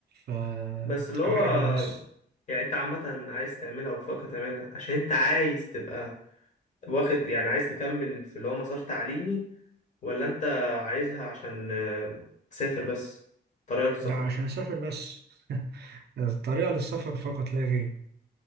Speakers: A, on the right (about 65°); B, on the left (about 40°).
A: فتبقى
B: بس اللي هو
A: حاجة حلوة بس
B: يعني انت عامه عايز تعملها وبتفكر تعملها عشان انت عايز تبقى واخد يعني عايز تكمل في اللي هو مسار تعليمي ولا انت عايزها عشان آه، تسافر بس طريقة للسفر
A: ده عشان أسافر بس <laughs> الطريقة للسفر فقط لا غير